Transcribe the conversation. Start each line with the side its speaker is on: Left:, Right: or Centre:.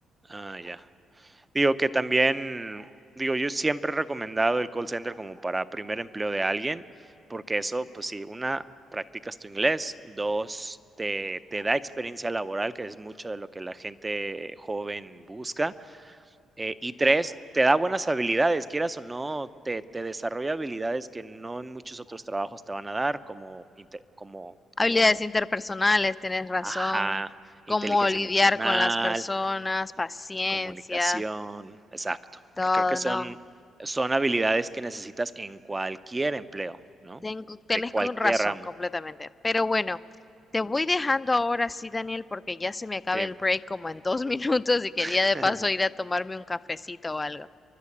Right: ah, ya. Digo que también, digo, yo siempre he recomendado el call center como para primer empleo de alguien, porque eso, pues sí, una, practicas tu inglés, dos, te, te da experiencia laboral, que es mucho de lo que la gente joven busca, eh, y tres, te da buenas habilidades, quieras o no, te, te desarrolla habilidades que no en muchos otros trabajos te van a dar, como, inte- como, como,
Left: Habilidades interpersonales, tienes razón.
Right: ajá,
Left: Cómo
Right: inteligencia
Left: lidiar
Right: emocional,
Left: con las personas, paciencia,
Right: Comunicación, exacto,
Left: todo,
Right: que creo que son
Left: no.
Right: son habilidades que necesitas en cualquier empleo, ¿no?
Left: Tengo, tenés
Right: De cualquier
Left: con razón
Right: ramo,
Left: completamente. Pero bueno, te voy dejando ahora sí, Daniel, porque ya se me acaba
Right: sí.
Left: el break como en dos <laughs> minutos y quería
Right: <laughs>
Left: de paso ir a tomarme un cafecito o algo.